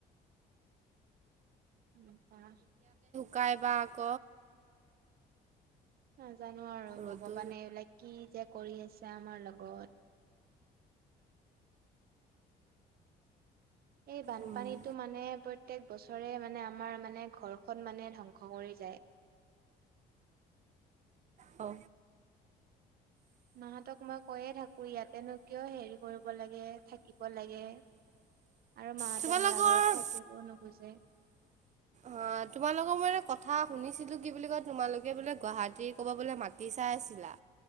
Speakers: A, on the right; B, on the right.
A: এনেকুৱা।
B: গাই ব ক।
A: নাজানো আৰু ভগৱানে
B: ৰ'দো
A: এইবিলাক কি যে কৰি আছে আমাৰ লগত। এই বানপানীতটো
B: উম
A: মানে প্ৰত প্ৰত্যেক বছৰে মানে আমাৰ মানে ঘৰখন মানে ধ্বংস কৰি যায়। <unintelligible>
B: অ।
A: মাহতক মই কৈয়ে থাকো ইয়াতেনো কিয় হেৰি কৰিব লাগে থাকিব লাগে। <unintelligible>
B: তোমালোকৰ
A: ভাড়াঘৰত থাকিব নোখোজে
B: অ তোমালোকৰ মান কথা শুনিছিলো কি বুলি কয় তোমালোকে বোলে গুৱাহাটী ক'বা বোলে মাতি চাই আছিলা?